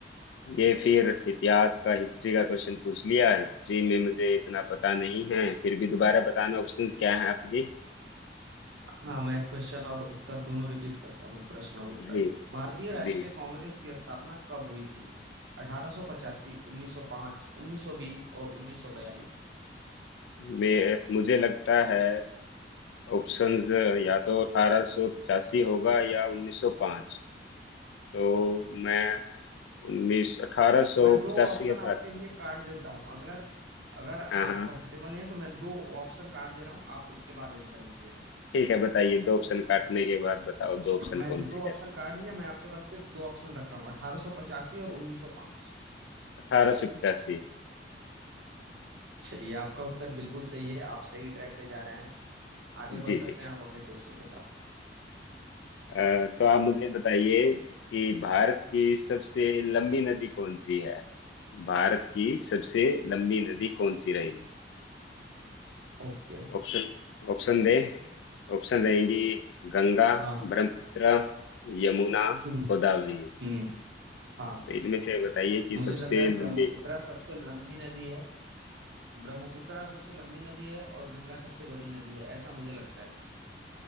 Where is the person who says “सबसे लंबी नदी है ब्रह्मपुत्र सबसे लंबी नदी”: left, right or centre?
Right